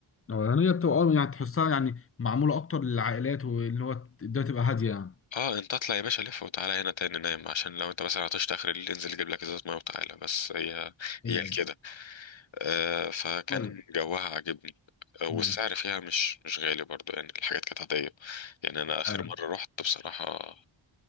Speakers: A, on the left; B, on the left.
A: أه، يعني هي بتبقى اه يعني تحسها يعني معموله اكتر للعائلات واللي هو الدنيا تبقى هاديه يعني
B: اه انت اطلع يا باشا لف وتعالى هنا تاني نام عشان لو انت مثلا عطشت اخر الليل انزل جيب لك ازازه ميه وتعالى بس هي هي
A: ايوه
B: كده آه فكان
A: طيب.
B: جوها عاجبني آه، والسعر
A: مم.
B: فيها مش مش غالي برضو يعني الحاجات كانت عادية يعني أنا آخر
A: ايوه
B: مرة رحت بصراحة